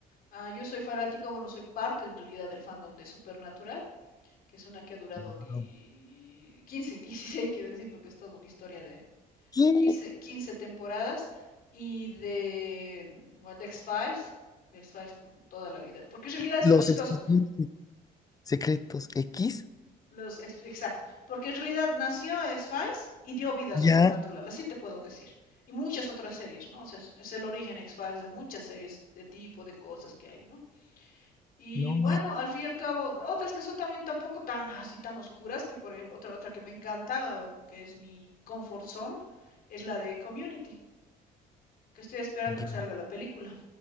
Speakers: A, on the left (about 60°); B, on the left (about 20°).
A: Ah, yo soy fanática, bueno, soy parte en realidad del fandom de Supernatural, que es una que ha durado
B: wow.
A: di- 15, 16, <laughs> quiero decir, porque es toda una historia de,
B: ¿Qué?
A: 15, 15 temporadas y de, bueno, de X-Files, de X-Files por toda la vida. Porque en realidad es
B: Los
A: lo chistoso.
B: expedientes secretos X,
A: Los, exacto. Porque en realidad nació X-Files y dio vida a
B: ya,
A: Supernatural, así te puedo decir. Y muchas otras series, ¿no? O sea, es, es el origen X-Files de muchas series de tipo, de cosas que hay, ¿no? Y
B: no
A: bueno,
B: mata.
A: al fin y al cabo, otras que son también tampoco tan así, tan oscuras, que por ejemplo, otra, otra que me encanta, que es mi comfort zone, es la de Community, que estoy esperando
B: Ya.
A: que salga la película.